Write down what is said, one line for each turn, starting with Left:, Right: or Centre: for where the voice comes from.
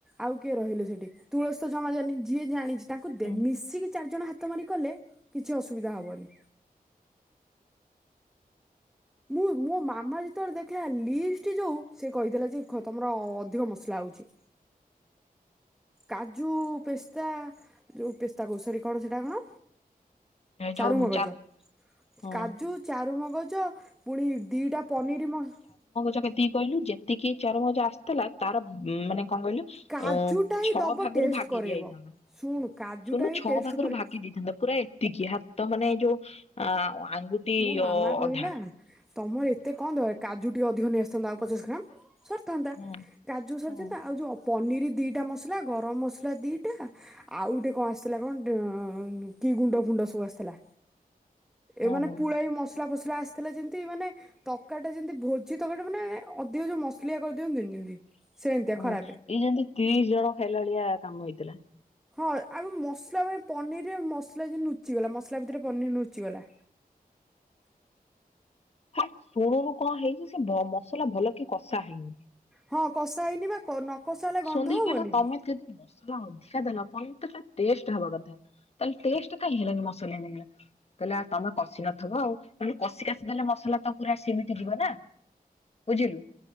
Centre: ଆଉ କିଏ ରହିଲେ ସେଠି ତୁଳସି ତ ଜମା ଜାନୀ ଯିଏ ଜାଣିଛି ତାଙ୍କୁ ଦେ
Left: ହୁଁ
Centre: ମିଶିକି ଚାରି ଜଣ ହାତ ମାରି କଲେ କିଛି ଅସୁବିଧା ହବନି ମୁଁ ମୋ ମାମା ଯେତେବେଳେ ଦେଖିଲା ଲିଷ୍ଟ ଯୋଉ ସେ କହିଥିଲା ଯେ ଖ ତମର ଅଧିକ ମସଲା ହଉଛି କାଜୁ ପେସ୍ତା ଯୋଉ ପେସ୍ତା କୋଷରୀ କଣ ସେଇଟା କଣ
Left: ଏ
Centre: ଚାରୁମଗଜ
Left: ଯୋଉ ହଁ
Centre: କାଜୁ ଚାରୁମଗଜ ପୁଣି ଦିଟା ପନିର ମସ
Left: ତାକୁ ଏତିକି କହିଲୁ ଯେତିକି ଚାର ମଜା ଆସିଥିଲା ତାର ଉ ମାନେ କଣ କହିଲୁ
Centre: କାଜୁଟା
Left: ଅ
Centre: ହିଁ
Left: ଛଅ
Centre: ଦବ
Left: ଭାଗରୁ
Centre: ଟେଷ୍ଟ
Left: ଭାଗେ
Centre: କରେଇବ।
Left: ଦିଆଯାଇଥାଆନ୍ତା
Centre: ଶୁଣୁ କାଜୁଟା
Left: ଶୁଣୁନୁ
Centre: ହିଁ
Left: ଛଅ
Centre: ଟେଷ୍ଟ
Left: ଭାଗରୁ
Centre: କରେ
Left: ଭାଙ୍ଗି ଦେଇଥାନ୍ତା ପୁରା ଏତିକି ହା ତ ମାନେ ଯୋଉ ଆ ଆଙ୍ଗୁଟି
Centre: ମୋ ମାମା
Left: ଅ
Centre: କହିଲା
Left: ଅଧା
Centre: ତମର ଏତେ କଣ ଦ କାଜୁ ଟିକେ ଅଧିକ ନେଇ ଆସିଥାନ୍ତା ଆଉ ପଚାଶ ଗ୍ରାମ ସ ଥାନ୍ତା
Left: ହୁଁ
Centre: କାଜୁ ସରିଯା
Left: ହୁଁ
Centre: ତା ଆଉ ଯୋଉ ଅ ପନିର ଦିଟା ମସଲା ଗରମ ମସଲା ଦିଟା ଆଉ ଗୋଟେ କଣ ଆସିଥିଲା କଣ ଡ ଅ କି ଗୁଣ୍ଡ ଫୁ ଡୋ ସବୁ ଆସିଥିଲା ଏ ମାନେ
Left: ହୁଁ
Centre: ପୁଳଏ ମସଲା ଫସଲା ଫ୍ରାସ ଥିଲା ଯେମିତି ମାନେ ତକାଟା ଯେମିତି ଭୋଜି ତକାର ଟା ମାନେ ଅଧିକ ଯୋଉ ମସଲିଆ କରିଦିଅନ୍ତିନି ଯେମିତି ସେମିତିଆ
Left: ହଁ
Centre: ଖରାପେ।
Left: ଏଇ ଯେମତି ତିରିଶ ଜଣ ଖାଇଲାଳିଆ କାମ ହେଇଥିଲା
Centre: ହଁ ଆମ ମସଲା ମାନେ ପନିରେ ମସଲା ଲୁଚିଗଲା ମସଲା ଭିତରେ ପନିର ଲୁଚିଗଲା
Left: ହେ ଶୁଣୁନୁ କଣ ହେଇଛି ସେ ବ ମସଲା ଭଲ କି କଷା ହେଇନି
Centre: ହଁ କଷା ହେଇନି ବା କ ନ କଷା ହେଲେ
Left: ସୋନ୍ଦୀ
Centre: ଗନ୍ଧ
Left: କି
Centre: ହବନି
Left: କହିଲେ ତମେ ଯଦି ମସଲା ହଉନି ଖା ଦେଲ ପନିର ଟା କାଇ ଟେଷ୍ଟ ହବା କଥା ତାହେଲେ ଟେଷ୍ଟ କାଇ ହେଲାନି ମସଲିଆ ଲାଗିଲା କହିଲା ତ ତମେ କଷି ନଥିବ ଆଉ ତାହେଲେ କଷି କାସିି ଦେଲେ ମସଲା ତ ପୁରା ସେିମିତି ଯିବ ନା ବୁଝିଲୁ